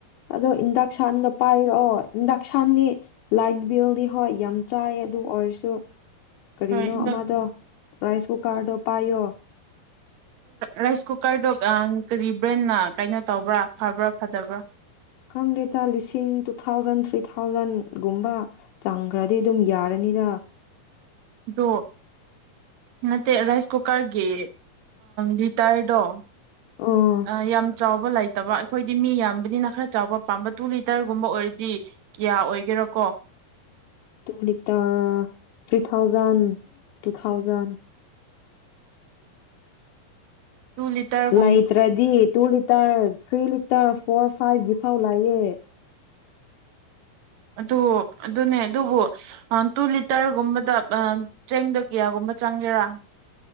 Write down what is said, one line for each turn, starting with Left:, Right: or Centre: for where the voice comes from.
Left: ꯑꯗꯣ ꯏꯟ ꯁꯥꯟꯗꯒ ꯄꯥꯏꯔꯛꯑꯣ ꯏꯟꯗꯛꯁꯟꯅꯤ ꯂꯥꯏꯠ ꯕꯤꯜꯗꯤ ꯍꯣꯏ ꯌꯥꯝ ꯆꯥꯏꯌꯦ ꯑꯗꯨ ꯑꯣꯏꯔꯁꯨ ꯀꯔꯤꯅꯣ
Right: ꯍꯣꯏ ꯑꯗꯣ
Left: ꯑꯃꯗꯣ ꯔꯥꯏꯁ ꯀꯨꯀꯔꯗꯣ ꯄꯥꯏꯣ
Right: ꯔꯥꯏꯁ ꯀꯨꯀꯔꯗꯣ ꯀꯔꯤ ꯕ꯭ꯔꯦꯟꯅ ꯀꯩꯅꯣ ꯇꯧꯕ꯭ꯔꯥ ꯐꯕ꯭ꯔꯥ ꯐꯗꯕ꯭ꯔꯥ
Left: ꯈꯪꯗꯦꯗ ꯂꯤꯁꯤꯡ ꯇꯨ ꯊꯥꯎꯖꯟ ꯊ꯭ꯔꯤ ꯊꯥꯎꯖꯟꯒꯨꯝꯕ ꯆꯪꯈ꯭ꯔꯗꯤ ꯑꯗꯨꯝ ꯌꯥꯔꯅꯤꯗ
Right: ꯑꯗꯣ ꯅꯠꯇꯦ ꯔꯥꯏꯁ ꯀꯨꯀꯔꯒꯤ ꯂꯤꯇꯔꯗꯣ
Left: ꯑꯥ
Right: ꯑ ꯌꯥꯝ ꯆꯥꯎ ꯂꯩꯇꯕ ꯑꯩꯈꯣꯏꯗꯤ ꯃꯤ ꯌꯥꯝꯕꯅꯤꯅ ꯈꯔ ꯆꯥꯎꯕ ꯄꯥꯝꯕ ꯇꯨ ꯂꯤꯇꯔꯒꯨꯝꯕ ꯑꯣꯏꯔꯗꯤ ꯀꯌꯥ ꯑꯣꯏꯒꯦꯔꯀꯣ
Left: two litre three thousand two thousand
Right: two ꯂꯤꯇꯔꯒꯨꯝ
Left: ꯂꯥꯏꯇ꯭ꯔꯗꯤ ꯇꯨ ꯇ ꯐ꯭ꯔꯤ ꯂꯤ ꯏꯁꯇꯥꯔ ꯐꯣꯔ ꯐꯥꯏꯚꯒꯤ ꯐꯥꯎ ꯂꯥꯛꯑꯦ
Right: ꯑꯗꯨ ꯑꯗꯨꯅꯦ ꯑꯗꯨꯕꯨ ꯇꯨ ꯂꯤꯇꯔꯒꯨꯝꯕꯗ ꯆꯦꯡꯗ ꯀꯌꯥꯒꯨꯝꯕ ꯆꯪꯒꯦꯔꯥ